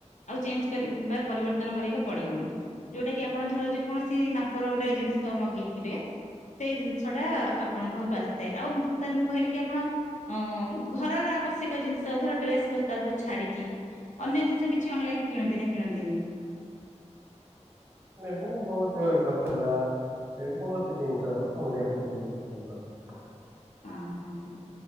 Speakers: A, on the left (about 80°); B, on the right (about 20°).
A: ଆଉ ଚେଞ୍ଜ କରି ବା ପରିବର୍ତ୍ତନ କରିବାକୁ ପଡିବନି ଯୋଉଟା କି ଆପଣ ଧର ଯେକୌଣସି ମାପର ଗୋଟେ ଜିନିଷ ମଗେଇଥିବେ ସେଇ ଜିନିଷ ଟା ଆପଣଙ୍କ ଘରକୁ ଆସିଥାଏ ଆଉ ସାର୍ ମୁଁ କହିଲି କି ଆପଣ ହ ଘରର ଆବଶ ଜିନିଷ ଧର ଡ୍ରେସ ପସ୍ତାକୁ ଛାଡିକି ଅନ୍ୟ ଜିନିଷ କିଛି ଅନଲାଇନୁ କିଣନ୍ତି ନା କିଣନ୍ତିନି <unintelligible>
B: ନାଇଁ ମୁଁ ବହୁତ ଗଛ ଲଲା ଏ ବହୁତ ଜିନିଷ ଅ କିଣିବା ପସନ୍ଦ କରେ <unintelligible>
A: ହ ହ ହଁ